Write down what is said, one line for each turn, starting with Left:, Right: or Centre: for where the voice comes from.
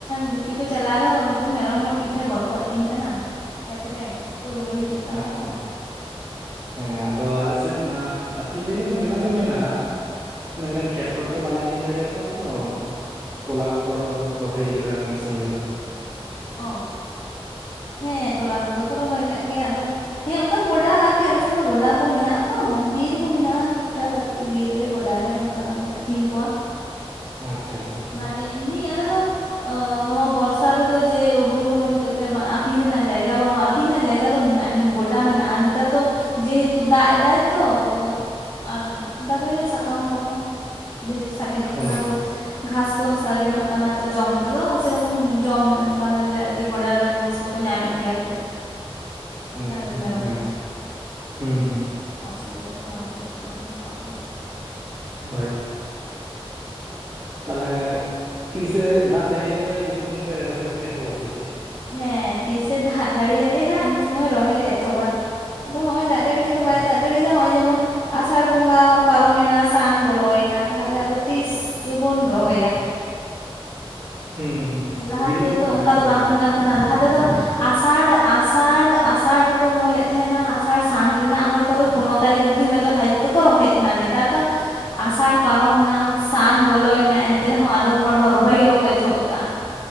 Left: ᱜᱩᱯᱤ ᱠᱚ ᱪᱟᱞᱟᱣ ᱨᱮᱦᱚᱸ ᱩᱱᱠᱩ ᱢᱮᱨᱚᱢ ᱦᱚᱸ ᱴᱷᱤᱠ ᱴᱷᱟᱠ ᱵᱟᱠᱚ ᱟᱹᱛᱤᱧ ᱠᱟᱱᱟ ᱠᱷᱮᱛ ᱨᱮ ᱠᱚ ᱨᱩᱭᱟᱹᱲ ᱦᱤᱡᱩᱜ ᱠᱟᱱᱟ
Right: ᱟᱪᱪᱷᱟ
Left: ᱠᱚ
Right: ᱦᱮᱸ ᱟᱫᱚ ᱟᱞᱮ ᱥᱮᱫ ᱢᱟ ᱟᱹᱛᱤᱧ ᱡᱟᱭᱜᱟ ᱫᱚ ᱢᱮᱱᱟᱜ ᱫᱚ ᱢᱮᱱᱟᱜ-ᱟ ᱢᱮᱱᱠᱷᱟᱱ ᱠᱷᱮᱛ ᱵᱟᱸᱛᱠᱚᱨᱮ ᱫᱚ ᱵᱟᱞᱮ ᱟᱹᱛᱤᱧ ᱫᱟᱲᱮᱭᱟᱠᱚᱣᱟ ᱛᱚ ᱛᱚᱞᱟ ᱠᱚ ᱠᱚ ᱨᱚᱦᱚᱭ ᱟᱠᱟᱫᱟ ᱱᱤᱭᱟᱹ ᱥᱚᱢᱚᱭ ᱫᱚ
Left: ᱚ ᱦᱮᱸ ᱛᱚᱞᱟ ᱠᱚᱫᱚ ᱠᱚ ᱨᱚᱦᱚᱭ ᱠᱟᱜ ᱜᱮᱭᱟ ᱟᱫᱚ ᱦᱮᱸ ᱚᱱᱠᱟ ᱜᱚᱰᱟ ᱟᱨᱠᱤ ᱟᱞᱮ ᱥᱮᱱ ᱫᱚ ᱜᱚᱰᱟ ᱠᱚ ᱢᱮᱱᱟᱜ-ᱟ ᱛᱚ ᱵᱤᱨ ᱢᱮᱱᱟᱜ-ᱟ ᱴᱩᱠ ᱴᱟᱠ ᱟᱨᱠᱤ ᱵᱤᱨ ᱨᱮ ᱜᱚᱰᱟᱨᱮ ᱚᱱᱠᱟ ᱞᱮ ᱟᱹᱛᱤᱧ ᱠᱚᱣᱟ
Right: ᱟᱪᱪᱷᱟ ᱟᱪᱷᱟ ᱟᱪᱪᱷᱟ
Left: ᱢᱟᱱᱮ ᱮᱢᱱᱤ ᱟᱞᱮᱫ ᱫᱚ ᱱᱚᱣᱟ ᱵᱚᱨᱥᱟ ᱨᱮᱫᱚ ᱡᱮ ᱦᱩᱲᱩ ᱨᱚᱦᱚᱭ ᱦᱚᱛᱮᱡ ᱛᱮ ᱟᱛᱤᱱᱧ ᱨᱮᱱᱟᱜ ᱡᱟᱭᱜᱟ ᱵᱟᱹᱱᱩᱜ-ᱟ ᱟᱛᱤᱧ ᱨᱮᱱᱟᱜ ᱡᱟᱭᱜᱟ ᱫᱚ ᱢᱮᱱᱟᱜ-ᱟ ᱮᱢᱱᱤ ᱜᱚᱰᱟ ᱢᱮᱱᱟᱜ-ᱟ ᱱᱮᱛᱟᱨ ᱫᱚ ᱡᱮᱦᱮᱛᱩ ᱫᱟᱜ ᱮᱫᱟᱭ ᱛᱚ ᱟᱨ ᱫᱟᱨᱮ-ᱨᱮ ᱥᱟᱠᱟᱢ ᱠᱚᱦᱚᱸ ᱡᱮᱦᱮᱛᱩ ᱥᱟᱜᱮᱱᱚ
Right: ᱦᱳᱭ
Left: ᱠᱟᱱᱟ ᱛᱚ ᱜᱷᱟᱥ ᱠᱚᱸ ᱥᱟᱜᱮᱱᱚᱜ ᱠᱟᱱᱟ ᱛᱚ ᱡᱚᱢ ᱛᱮᱫᱚ ᱥᱮᱨᱚᱠᱚᱢ ᱡᱚᱢ ᱵᱟᱦᱮᱨᱮ ᱨᱮ ᱟᱨᱠᱤ ᱜᱚᱰᱟᱨᱮ ᱜᱷᱟᱥ ᱠᱚ ᱠᱚᱠᱚ ᱧᱟᱢᱮᱫ ᱜᱮᱭᱟ ᱠᱚ
Right: ᱟᱪᱪᱷᱟ
Left: ᱰᱟᱝᱨᱤ ᱢᱮᱨᱚᱢ
Right: ᱦᱮᱸ
Left: ᱠᱚ
Right: ᱦᱩᱸ ᱦᱩᱸ
Left: ᱚᱥᱩᱵᱤᱫᱟ ᱫᱚ ᱵᱟᱝ ᱦᱩᱭᱩᱜ ᱠᱟᱱᱟ ᱩᱱᱠᱩᱣᱟᱜ ᱦᱚᱸ
Right: ᱦᱳᱭ ᱛᱟᱦᱚᱞᱮ ᱛᱤᱥᱮ ᱫᱟᱜ ᱡᱟᱹᱲᱤᱭᱟᱯᱮᱭᱟ ᱩᱱᱠᱷᱚᱱ ᱯᱮ ᱨᱚᱦᱚᱭ ᱯᱮ ᱮᱦᱚᱸᱵᱟ ᱥᱮ ᱪᱮᱫ
Left: ᱦᱮᱸ ᱛᱤᱥ-ᱮ ᱫᱟᱜ ᱡᱟᱹᱲᱤᱭᱟᱞᱮ ᱦᱟᱜ ᱩᱱ ᱥᱚᱢᱚᱭ ᱨᱚᱦᱚᱭ-ᱞᱮ ᱮᱛᱚᱦᱚᱵᱟ ᱟᱫᱚ ᱱᱚᱦᱚᱜ ᱫᱟᱜ ᱡᱟᱹᱲᱤ ᱠᱟᱛᱮ ᱱᱤᱛᱚ ᱵᱟᱭ
Right: ᱟᱪᱪᱷᱟ
Left: ᱫᱟᱡᱟᱲᱤᱭᱫᱟ ᱱᱚᱼᱚᱭ ᱡᱮᱢᱚᱱ ᱟᱥᱟᱲ ᱵᱚᱸᱜᱟ ᱯᱟᱨᱚᱢᱮᱱᱟ ᱥᱟᱱ ᱵᱚᱞᱚᱭᱮᱱᱟ ᱛᱟᱦᱚᱞᱮ ᱟᱫᱚ ᱛᱤᱥ ᱵᱚᱱ ᱨᱚᱦᱚᱭᱟ
Right: ᱦᱩᱸ ᱦᱩᱸ
Left: ᱞᱟᱦᱟ
Right: ᱵᱤᱞᱚᱢᱚᱜ
Left: ᱛᱮᱫᱚ
Right: ᱠᱟᱱᱟ
Left: ᱚᱱᱠᱟ
Right: ᱦᱮᱸ
Left: ᱫᱚ
Right: ᱥᱮ
Left: ᱵᱟᱝ ᱦᱩᱭᱩᱜ ᱠᱟᱱ ᱛᱟᱦᱮᱱᱟ ᱞᱟᱦᱟ ᱛᱮᱫᱚ ᱟᱥᱟᱲ ᱟᱥᱟᱲ ᱟᱥᱟᱲ ᱨᱮᱠᱚ ᱨᱚᱦᱚᱭᱮᱫ ᱛᱟᱦᱮᱱᱟ ᱟᱥᱟᱲ ᱥᱟᱱ ᱨᱮᱱᱟᱜ ᱦᱚᱭᱛᱚ ᱯᱚᱱᱮᱨᱚ ᱛᱟᱹᱨᱤᱠᱷ ᱚᱵᱫᱤ ᱦᱚᱭᱛᱳ ᱦᱟᱵᱤᱡ ᱛᱮᱠᱚ ᱨᱚᱦᱚᱭᱮᱫ ᱛᱟᱦᱮᱱᱟ ᱱᱮᱛᱟᱨ ᱫᱚ ᱟᱥᱟᱲ ᱯᱟᱨᱚᱢ ᱱᱟ ᱥᱟᱱ ᱵᱚᱞᱚᱭᱮᱱᱟ ᱮᱱᱛᱮ ᱨᱮᱦᱚᱸ ᱟᱫᱚᱢ ᱦᱚᱲ ᱫᱚ ᱨᱚᱦᱚᱭ ᱜᱮ ᱵᱟᱠᱚ ᱮᱛᱚᱦᱚᱵ ᱟᱠᱟᱜ-ᱟ